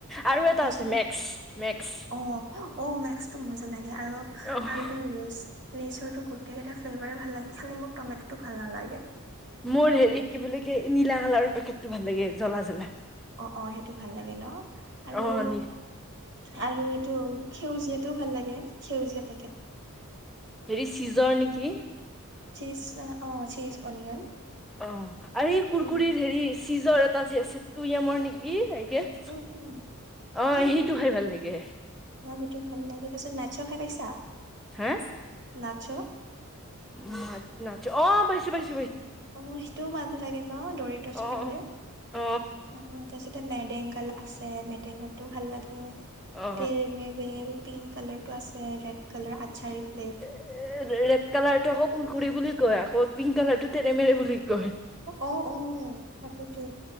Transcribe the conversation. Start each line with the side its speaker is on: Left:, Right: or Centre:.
Centre: আৰু এটা
Right: তাৰপিছত,
Centre: আছে মেক্স মেক্স
Right: অ', অ' মেক্সটো মজা লাগে আৰু
Centre: অ
Right: আৰুটো লেচ‌ লেইচৰটো গোটেই কেটা ফ্লেভাৰে ভাল লাগে। খালি মোৰ তমেট'টো ভাল নালাগে।
Centre: মোৰ হেৰি কি বুলি কয় নীলা কালাৰৰ পেকেটটো ভাল লাগে, জ্বলা জ্বলা।
Right: অ' অ' সেইটো ভাল লাগে ন' আৰু
Centre: অ নি
Right: - আৰু এইটো সেউজীয়াটো ভাল লাগে। সেইজীয়া পে
Centre: হেৰি চিজৰ নেকি?
Right: চীজ নহ অ' চীজ অনিয়ন।
Centre: অহ, আৰু এই কুৰকুৰিৰ
Right: উম,
Centre: হেৰি চীজৰ এট টা যে আছে তু য়ামৰ নেকি? এই <unintelligible>
Right: উম, উম,
Centre: অ'
Right: উম।
Centre: সেইটো খাই ভাই লাগে।
Right: অ', সেইটো ভাল লাগে, তাৰপিছত না'চো খাই পাইছা?
Centre: হা?
Right: না'চো?
Centre: না- না'চো অ' পাইছো পাইছ
Right: অ' সেইটোও <unintelligible> থাকে ন', ডৰিতছত
Centre: অ
Right: থাকে।
Centre: অ
Right: অ' তাৰপিছত তে মেডেংগল আছে। মেডেংগল টোও ভাল লাগে।
Centre: অ
Right: তেৰে মেৰে পিংক কালাৰটো আছে, ৰেড কালাৰ আৎ চাৰি -
Centre: এ ৰেড কালাৰটো আকৌ কুৰকুৰী বুলি কয় আকৌ পিংক কালাৰ টো তেৰে মেৰে বুলি কয়।
Right: অ অ তাকেতো